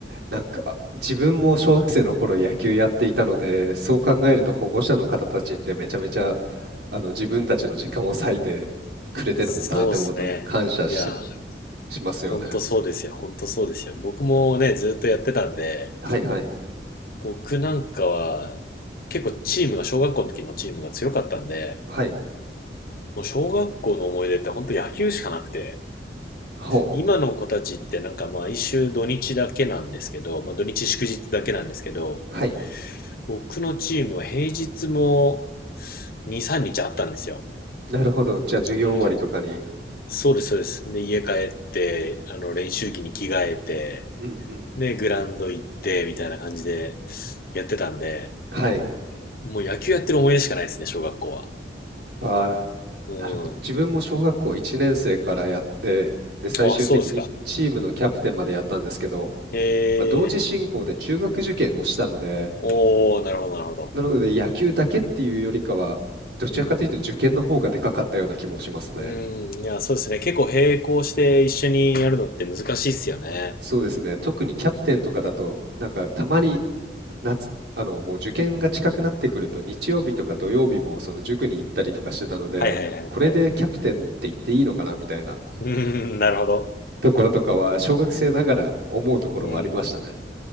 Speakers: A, on the right; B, on the left.
A: なんか自分も小学生の頃野球やっていたので、そう考えると保護者の方たちってめちゃめちゃあの自分たちの時間を割いてくれてたんだなって思うと感謝し、
B: そうですね。いやー
A: しますよね。
B: 本当そうですよ。本当そうですよ。僕もね、ずっとやってたんで、
A: はいはい。
B: 僕なんかは結構チームが、小学校の時のチームが強かったんで、
A: はい。
B: もう小学校の思い出って本当野球しかなくて、
A: ほう。
B: 今の子たちってなんかまあ一土日だけなんですけど、まあ土日祝日だけなんですけど、
A: はい。
B: 僕のチームは平日も2、3日あったんですよ。
A: なるほど。じゃあ授業終わりとかに。
B: うん。そうです、そうです。で、家帰って、あの練習着に着替えて、
A: うんうん。
B: で、グラウンド行って、みたいな感じでやってたんで、
A: はい。
B: もう野球やってる思い出しかないですね、小学校は。
A: あ
B: うん。
A: ーなるほど。自分も小学校1年生からやって、で、最終的にチームのキャプテンまでやったんですけど、
B: あ、そうですか。へ
A: まあ、同時進行で中学受験をしたので、
B: え。おー、なるほど、なるほど。
A: なので野球だけっていうよりかは、どちらかというと受験の方がでかかったような気もしますね。
B: うんうんうん。うん、いや、そうですね。結構並行して一緒にやるのって難しいっすよね。
A: そうですね。特にキャプテンとかだと、なんかたまに夏、あの、もう受験が近くなってくると、日曜日とか土曜日もその塾に行ったりとかしてたので、
B: はいはいはいはい。
A: これでキャプテンって言っていいのかなみたいな
B: うん、なるほど。
A: ところとかは、小学生ながら思うところはありましたね。
B: うん。い